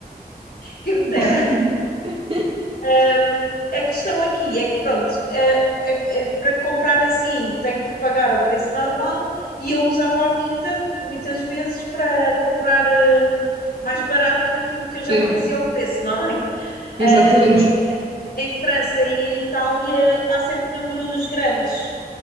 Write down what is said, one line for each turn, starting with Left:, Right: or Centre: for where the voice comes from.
Left: Quem me dera.
Right: <laughs>
Left: Um, a questão aqui é que, pronto, eh, eh, eh, para comprar assim tenho que pagar ao preço normal e eu usava a Vinted muitas vezes para comprar hum, mais barato aquilo que eu já
Right: Yeah,
Left: conhecia o preço, não é?
Right: exatamente.
Left: Eh, e mas em França e em Itália há sempre números grandes,